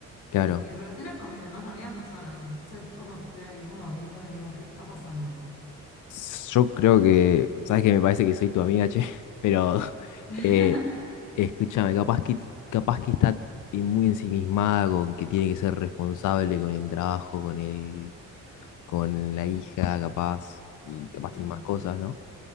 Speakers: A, on the left; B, on the left.
A: claro.
B: Y mis relaciones con mis demás amigas no son así, entonces es como que estoy ahí como viendo, digo, ¿qué está pasando?
A: S- Yo creo que, sabes que me parece que soy tu amiga, che, <laughs> pero
B: <laughs>
A: eh, escúchame, capaz que, capaz que está eh, muy ensimismada con que tiene que ser responsable con el trabajo, con el, con la hija, capaz, y capaz
B: Mm.
A: tiene más cosas, ¿no?